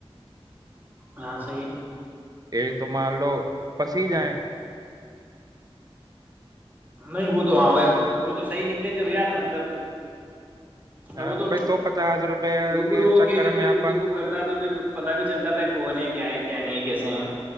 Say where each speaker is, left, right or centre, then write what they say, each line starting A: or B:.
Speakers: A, on the right; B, on the right.
A: ہاں صی ہے
B: ایک تو مان لو پسی جائ
A: نہیں وہ تو ہاں بھائی وہ تو صحیح نکلے جب یار مطلب
B: ہاں
A: ا وہ تو
B: بھائی سو پچاس روپے
A: روبرو ہو
B: چکر
A: کے جب
B: میں
A: پھر
B: اپن
A: گپت گپ کرتا تو پھر پتا بھی چلتا بھائی کون ہے کیا ہے جنیے کیسے ہیں